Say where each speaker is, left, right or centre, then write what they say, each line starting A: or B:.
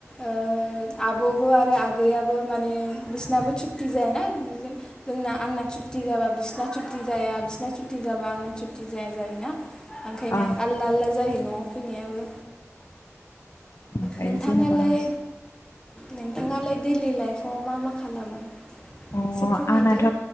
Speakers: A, on the left; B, on the left.
A: ओ आब'बो आरो आगैयाबो माने बिसनाबो सुथि जायाना बिदि जोंना आंना सुथि जाबा बिसिना सुटि जाया बिसिना सुथि जाबा आंना सुटि जाया जायोना ओंखायनो
B: औ
A: आलदा आलदा जायो न'आव फैनायाबो।
B: ओमफ्राय
A: नोंथाङालाय
B: जेनेबा
A: नोंथाङालाय दैलि लाइफ आव मा मा खालामो
B: अ
A: एसे फोरमायदो
B: आंनाथ'